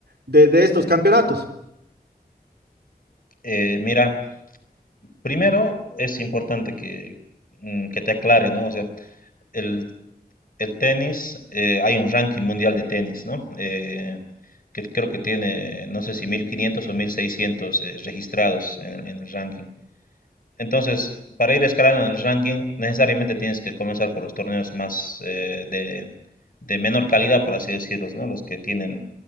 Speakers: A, on the right; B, on the left.
A: de, de estos campeonatos?
B: Eh, mira, primero es importante que, mm, que te aclare, ¿no? O sea, el, el tenis, eh, hay un ranking mundial de tenis, ¿no? Eh, que creo que tiene, no sé si 1500 o 1600 eh, registrados en el, en el ranking. Entonces, para ir escalando en el ranking, necesariamente tienes que comenzar por los torneos más eh, de, de menor calidad, por así decirlos, ¿no? Los que tienen,